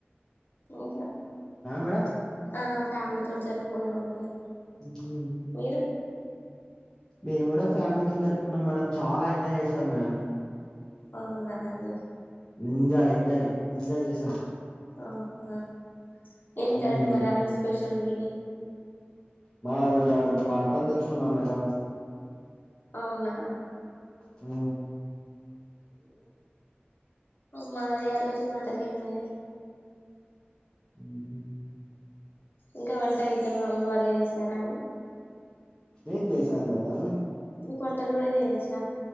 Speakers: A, on the left; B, on the left.
A: ఇంగా
B: మేడం
A: ఆ ఫ్యామిలీ తోటి జరుపుకున్నామండి
B: ఇంగేమి
A: మీరు
B: మేము గుడా ఫ్యామిలీతోనే జరుపుకున్నాం మేడం చాలా ఎంజాయ్ జేసాం మేడం
A: అవునా అండి
B: ఎంజాయ్ ఎంజాయ్ ఎంజాయ్ జేసాం
A: ఆహా ఏంటండీ
B: ఉమ్
A: మరి ఆ రోజు స్పెషల్ మీది
B: మా ఆరోజు ఆ రోజు మాటన్ దెచ్చుకున్నాం మేడం
A: అవునా
B: ఊ
A: మాది ఆ రోజు మాటనేనండి
B: ఊహూ
A: ఇంకా వంట గిట్ల మీ మమ్మీ వాళ్ళే చేస్తారా అం
B: నేన్ జేసాను మేడం
A: మీకు వొంటలు గూడా చేయొచ్చా